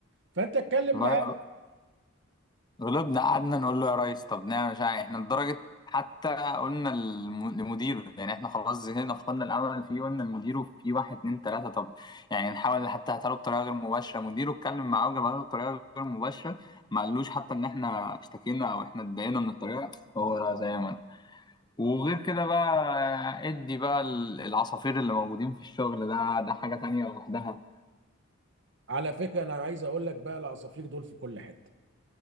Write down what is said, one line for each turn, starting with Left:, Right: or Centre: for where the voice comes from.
Right: فانت اتكلم
Left: برضه
Right: معاه
Left: غلبنا قعدنا نقول له يا ريس طب نعمل مش عارف إيه. احنا لدرجة حتى قلنا للم- لمديره يعني احنا خلاص زهقنا فقدنا الامل فيه قلنا لمديره في واحد اتنين تلاتة طب يعني نحاول حتى هاتها له بطريقة غير مباشرة مديره اتكلم معاه وجابها له بطريقة غير مباشرة ما قالوش حتى ان احنا اشتكينا او احنا اتضايقنا من الطريقة هو لا زي ما أنا. وغير كده بقى ادي بقى ال- العصافير اللي موجودين في الشغل ده ده حاجة تانية لوحدها
Right: على فكره انا عايز اقول لك بقى العصافير دول في كل حته